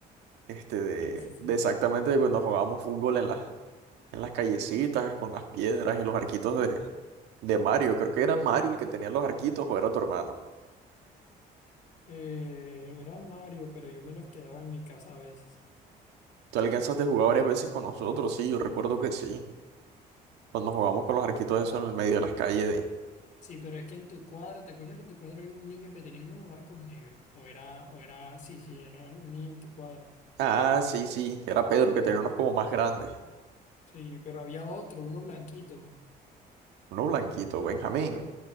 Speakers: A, on the right; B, on the left.
A: este, de,
B: Sí, sí, sí.
A: de exactamente de cuando jugábamos fútbol en las, en las callecitas, con las piedras y los arquitos de, de Mario. Creo que era Mario el que tenía los arquitos o era tu hermano.
B: Eh, era Mario, pero yo me los quedaba en mi casa a veces.
A: Tú alcanzaste a jugar varias veces con nosotros, sí, yo recuerdo que sí, cuando jugábamos con los arquitos eso en el medio de las calles
B: Sí, pero es que en tu cuadra, ¿te acuerdas que en tu cuadra había un niño que tenía unos arcos negros? O era, o era, sí, sí, era un niño en tu cuadra.
A: Ah, sí, sí, que era Pedro, que tenía unos como más grandes.
B: Sí, pero había otro, uno blanquito.
A: Uno blanquito, Benjamín.